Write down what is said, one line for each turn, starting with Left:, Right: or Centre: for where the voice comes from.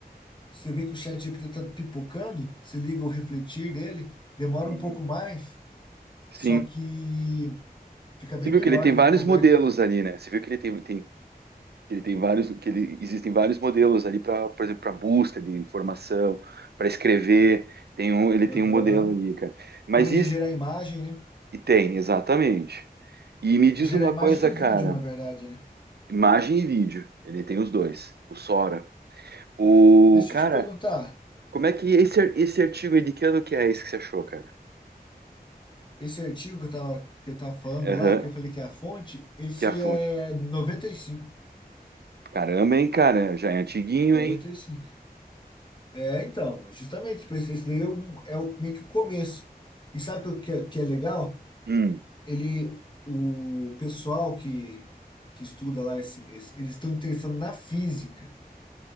Left: você vê que o chat GPT está pipocando, você liga o refletir dele, demora
Right: Uhum,
Left: um pouco mais,
Right: Sim.
Left: só que fica bem
Right: Você viu
Left: melhor,
Right: que ele tem
Left: ele
Right: vários
Left: conversa.
Right: modelos ali, né? Você viu que ele tem, tem- que ele tem vários, que ele, existem vários modelos ali para, por exemplo, para busca de informação, para escrever. Tem um, ele
Left: Aham.
Right: tem um modelo ali, cara. Mas
Left: Tem um
Right: e,
Left: de gerar imagem, né?
Right: E tem, exatamente. E me diz
Left: Gerar
Right: uma
Left: imagem
Right: coisa,
Left: e
Right: cara,
Left: vídeo, na verdade, né?
Right: imagem e vídeo, ele tem os dois, o Sora. O
Left: Deixa
Right: cara,
Left: eu te perguntar,
Right: como é que esse, ar- esse artigo aí de que ano que é esse que você achou, cara?
Left: esse artigo que eu tava, que eu tava falando
Right: Aham,
Left: lá, que eu falei que é a fonte, esse
Right: que é a fonte.
Left: é noventa noventa e cinco
Right: Caramba, hein, cara, já é antiguinho,
Left: noventa
Right: hein?
Left: e cinco É, então, justamente, por isso, esse daí é, um- é o, meio que o começo. E sabe o que, é- que é legal?
Right: Hum,
Left: ele, o pessoal que, que estuda lá, esse, esse- eles estão interessados na física,